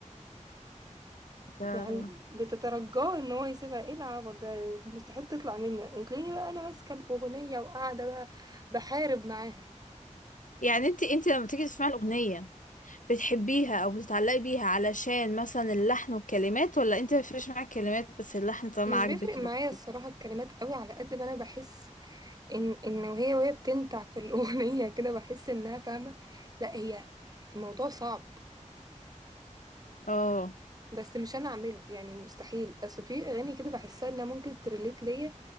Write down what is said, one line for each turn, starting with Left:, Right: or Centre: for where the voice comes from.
Left: ده-
Right: يعني بتترجاه ان هو يسيبها ايه العبط ده مستحيل تطلع مني وتلاقيني بقى انا ماسكه الاغنيه وقاعده بقى بحارب معاها
Left: يعني انت انت لما تيجي تسمعي الاغنيه بتحبيها او بتتعلقي بيها علشان مثلا اللحن والكلمات ولا انت مفيش معاك كلمات بس اللحن طالما
Right: مش
Left: عاجبك
Right: بيفرق معايا
Left: يبقى خلاص؟
Right: الصراحه الكلمات قوي على قد ما انا بحس ان ان وهي وهي بتنتع في الاغنيه <laughs> كده بحس انها فاهمه لا هي الموضوع صعب
Left: اه
Right: بس مش انا اعمله يعني مستحيل اصل في اغاني كده بحسها انها ممكن تريليت ليا